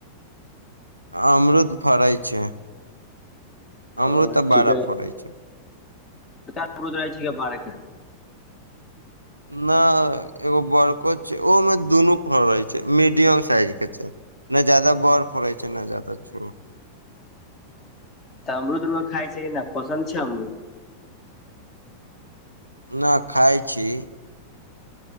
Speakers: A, on the right (about 85°); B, on the left (about 25°).
A: अमरूद फरै छै,
B: ओ
A: आ बड्ड
B: ठीके
A: फरैत छै।
B: बर उत रहै छै भाड़े
A: न, एगो बड़को छै। ओहिमे दुनु फरै छै। मीडियम साइजक छै। नै जादा बर पड़ै छै ने जादा छोट
B: तऽ अमरुद रउआ खाइ छै कि नै पसन्द छै अमरूद
A: नय खाइ छी